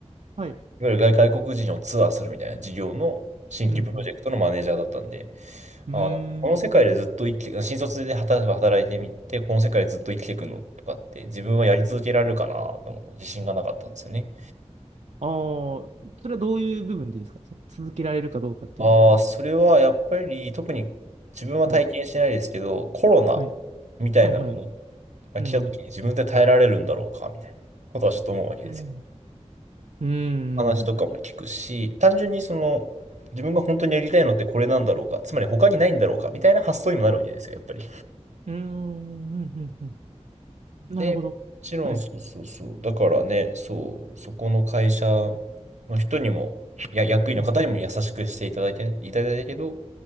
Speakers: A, on the right (about 70°); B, on the right (about 80°).
A: はい。
B: いわゆる外外国人をツアーするみたいな事業の新規プロジェクトのマネージャーだったんで、
A: うん。うん。
B: あー、
A: うー
B: この世界でずっと生きて、
A: ん。
B: 新卒で働例えば働いてみて、この世界でずっと生きていくのとかって自分はやり続けられるかなと思う自信がなかったんですよね。
A: ああ、それはどういう部分でですかその続けられるかどうかっていうの
B: ああ、それはやっぱり特に自分は体験してないですけど、
A: は。はい
B: コロナ
A: はい。
B: みたいなもの
A: はいはい。
B: が来た時に自分で耐えられるんだろうかみたいなことはちょっと思うわけですよ。
A: うん。うん。うん。うん。
B: 話とかも聞くし、単純にその自分が本当にやりたいのってこれなんだろうか、つまり他にないんだろうかみたいな発想にもなるわけですよ、やっぱり。
A: うん。うんうんうんなるほど。
B: で、もちろんそうそうそう。
A: はい。
B: だからね、そう、そこの会社の人にも、や、役員の方にも優しくしていただけ、
A: うん。
B: いただいたけど、